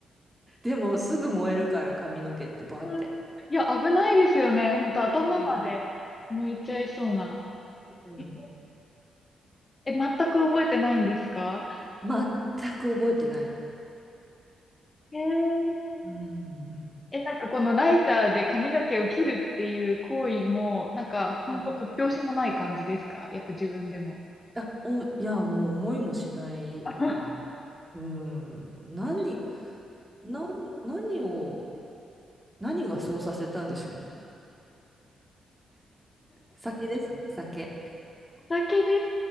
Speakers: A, on the right (about 15°); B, on the left (about 30°).
A: でも、すぐ燃えるから髪の毛ってバーって。
B: うんいや、危ないですよね。本当頭まで燃えちゃいそうな。
A: うん。うん。
B: へええ、全く覚えてないんですか
A: 全く覚えてない。
B: へえ。
A: うん。
B: え、なんかこのライターで髪の毛を切るっていう行為も、なんかほんと突拍子もない感じですかやっぱ自分でも。
A: いうん。いや、お、いや、もう思いもしないよね。
B: <laughs>
A: うん。何、なん、何を、何がそうさせたんでしょうね。酒ですね、酒。
B: お酒で